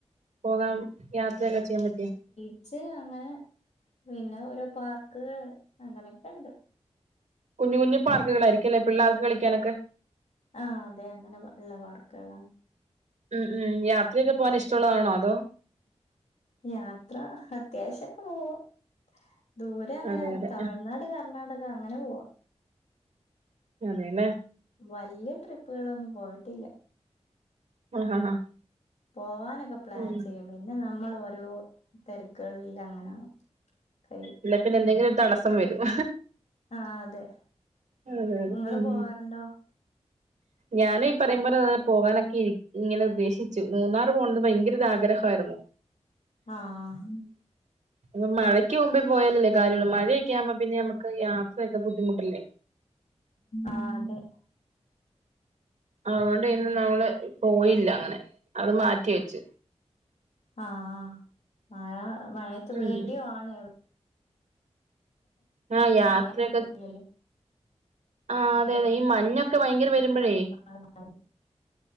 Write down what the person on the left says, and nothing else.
വച്ച് അങ്ങനെ പിന്നെ ഓരോ പാർക്കുകള് അങ്ങനെയൊക്കെ ഉണ്ട്
ആഹ് അതെ അങ്ങനെ ഉള്ള പാർക്കുകളാ
യാത്ര അത്യാവശ്യൊക്കെ പോകും ദൂരെ അങ്ങനെ
തമിഴ്നാട് കർണാടക അങ്ങനെ പോവും
വല്യ ട്രിപ്പുകളൊന്നും പോയിട്ടില്ല
പോവാനൊക്കെ പ്ലാൻ
ചെയ്യും പിന്നെ നമ്മൾ ഓരോ തിരക്കുകളിൽ അങ്ങനെ കൈ
ആഹ് അതെ
നിങ്ങള്
പോവാറുണ്ടോ
ആഹ്
ആഹ് അതെ
ആഹ് മഴ മഴത്ത് പേടിയും
ആണ്
എവിടെന്ന്
അറിയാൻ പറ്റൂലല്ലോ
ആഹ്